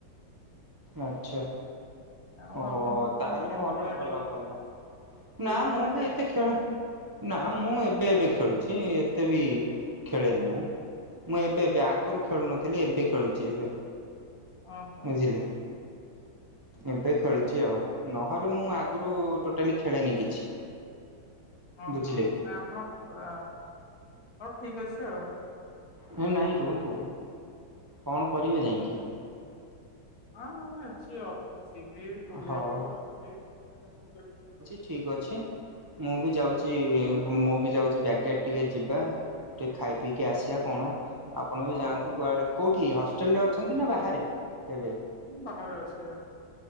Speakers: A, on the right (about 30°); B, on the left (about 55°).
A: ଆଚ୍ଛା।
B: ଆଉ
A: ଓ ହୋ।
B: ଆପଣ ସବୁ କଣ
A: ତାହେଲେ
B: କଣ
A: ଭଲ
B: ଖେଳା
A: ଭଲ
B: ଖେଳି
A: ଭଲ।
B: ଫ୍ରି
A: ନାଁ
B: ଫାୟାର
A: ମୁଁ
B: ମାନେ
A: ବି
B: କେ
A: ଏତେ ଖେଳ। ନାଁ ମୁଁ ଏବେ ଏବେ ଖେଳୁଛି ଏତେ ବି ଖେଳେନି ମୁଁ। ମୁଁ ଏବେ ଏବେ ଆଗରୁ ଖେଳୁନଥିଲି। ଏବେ ଖେଳୁଛି ଏବେ
B: ଓ ହୋ।
A: ବୁଝିଲେ ଏବେ ଖେଳୁଛି ଆଉ ନହେଲେ ମୁଁ ଆଗରୁ ଟୋଟାଲି ଖେଳେନି କିଛି।
B: ଓଁ
A: ବୁଝିଲେ
B: ହଁ
A: କି
B: ଆପଣ ପ ଆଁ ହଉ ଠିକ ଅଛି ଆଉ।
A: ଏ ନାଇଁ ରୁହନ୍ତୁ। କଣ କରିବେ ଯାଇକି?
B: ହଁ ମୁଁ ଅଛି। ଅଫିସି ଯିବି ବୁଲିବାକୁ
A: ହଉ
B: ଏମିତି ଆଁ ବୋଲି
A: ଠିକ ଅଛି ମୁଁ ବି ଯାଉଛି ମୁଁ ବି ଯାଉଛି ବ୍ୟାଗଗେଟ ଟିକେ ଯିବା। ଟିକେ ଖାଇ ପିଇକି ଆସିବା କଣ? ଆପଣ ବି
B: ହଉ
A: ଯାଆନ୍ତୁ
B: ହଉ
A: କୁଆେ କୋଉଠି ହଷ୍ଟେଲ ରେ ଅଛନ୍ତି ନା ବାହାରେ ଏବେ?
B: ମୁଁ ବାହାରେ ଅଛ।